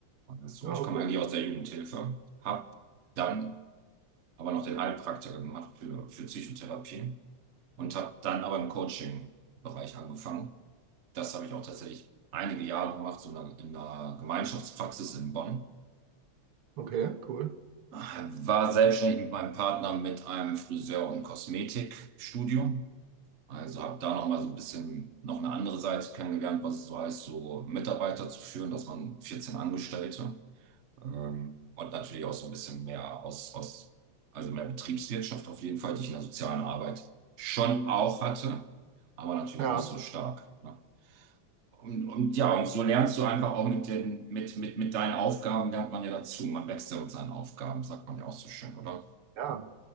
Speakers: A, on the right; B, on the right.
A: Also
B: Ah
A: ich
B: okay.
A: komme eigentlich aus der Jugendhilfe, habe dann aber noch den Heilpraktiker gemacht für, für Psychotherapie und habe dann aber im Coaching-Bereich angefangen. Das habe ich auch tatsächlich einige Jahre gemacht, so in einer, in einer Gemeinschaftspraxis in Bonn.
B: Okay, cool.
A: War selbstständig mit meinem Partner mit einem Friseur- und Kosmetikstudio. Also habe da noch mal so ein bisschen noch eine andere Seite kennengelernt, was es so heißt, so Mitarbeiter zu führen, dass man 14 Angestellte ähm, und natürlich auch so ein bisschen mehr aus, aus, also mehr Betriebswirtschaft auf jeden Fall, die ich in der sozialen Arbeit schon auch hatte, aber natürlich
B: Ja,
A: nicht so stark. Ne? Und, und ja, und so lernst du einfach auch mit den, mit, mit, mit deinen Aufgaben lernt man ja dazu. Man wächst ja mit seinen Aufgaben, sagt man ja auch so schön, oder?
B: ja.